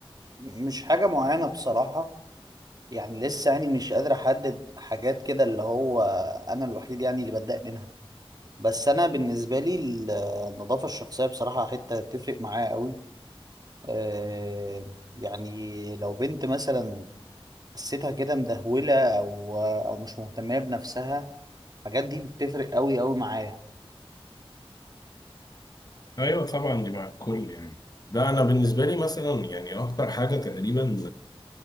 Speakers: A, on the right; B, on the left.
A: مش حاجه معينه بصراحه يعني لسه يعني مش قادر احدد حاجات كده اللي هو انا الوحيد يعني اللي بتضايق منها بس انا بالنسبه لي ال- النظافه الشخصيه بصراحه حته تفرق معايا قوي أه يعني لو بنت مثلا حسيتها كده مدهوله او او مش مهتمه بنفسها الحاجات دي بتفرق قوي قوي معايا
B: ايوه طبعا دي مع الكل يعني لا انا بالنسبه لي مثلا يعني اكتر حاجه تقريبا